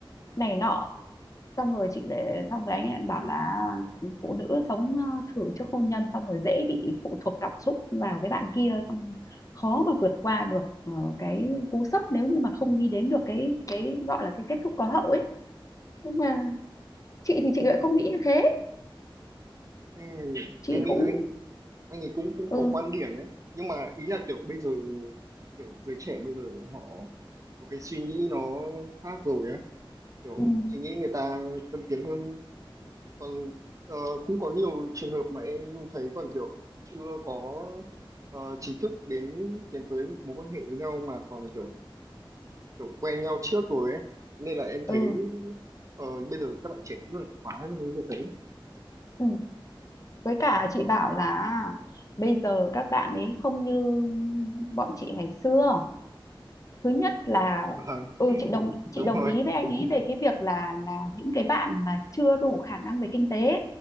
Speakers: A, on the left (about 40°); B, on the right (about 40°).
A: này nọ xong rồi chị lại xong rồi anh ấy bảo là phụ nữ sống ờ, thử trước hôn nhân xong rồi dễ bị phụ thuộc cảm xúc vào cái bạn kia xong khó mà vượt qua được ờ, cái cú sốc nếu như mà không đi đến được cái cái gọi là cái kết thúc có hậu ấy nhưng mà chị thì chị lại không nghĩ như thế
B: ừ,
A: chị
B: em nghĩ
A: cũng
B: là anh anh ấy cũng cũng
A: ừ,
B: có quan điểm đấy nhưng mà ý là kiểu bây giờ kiểu giới trẻ bây giờ họ có cái suy nghĩ nó khác rồi á kiểu
A: ừ
B: suy nghĩ người ta tân tiến hơn còn ờ, cũng có nhiều trường hợp mà em thấy còn kiểu chưa có ờ, chính thức đến tiến tới mối quan hệ với nhau mà còn kiểu kiểu quen nhau trước rồi ấy nên là em
A: ừ
B: thấy ờ, bây giờ các bạn trẻ cũng rất là thoải với cái việc đấy
A: ừ với cả chị bảo là à, bây giờ các bạn ấy không như bọn chị ngày xưa thứ nhất là
B: vâng
A: ừ chị đồng chị
B: đúng
A: đồng
B: rồi
A: ý với anh ý về cái việc là là những cái bạn mà chưa đủ khả năng về kinh tế